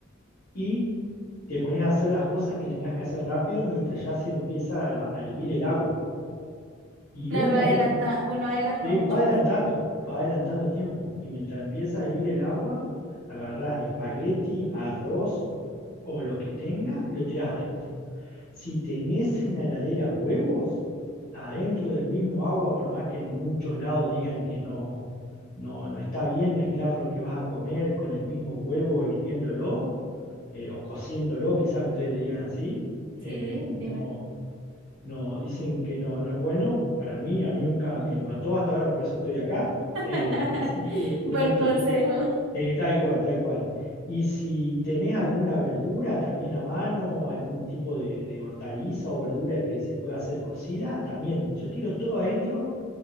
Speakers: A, on the left; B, on the right.
A: y te pones a hacer las cosas que tengas que hacer rápido mientras ya se empieza a, a hervir el agua. Y
B: Claro,
A: una
B: adelanta,
A: vez que
B: uno adelanta
A: Sí,
B: mucho
A: va adelantando,
B: así.
A: va adelantando tiempo. Y mientras empieza a hervir el agua, agarrás espagueti, arroz o lo que tenga y lo tirás adentro. Si tenés en la heladera huevos, adentro del mismo agua, por más que en muchos lados digan que no, no, no está bien mezclar lo que vas a comer con el mismo huevo hirviéndolo eh, o cociéndolo, quizás ustedes le digan así.
B: Sí,
A: eh, no,
B: dime.
A: no, dicen que no, no es bueno para mí, a mí nunca me mató hasta ahora, por eso estoy acá.
B: <laughs>
A: Eh, así que le, le
B: Buen
A: meto,
B: consejo.
A: eh, tal cual, tal cual. Y si tenés alguna verdura también a mano, algún tipo de, de hortaliza o verdura que se pueda hacer cocida, también. Yo tiro todo adentro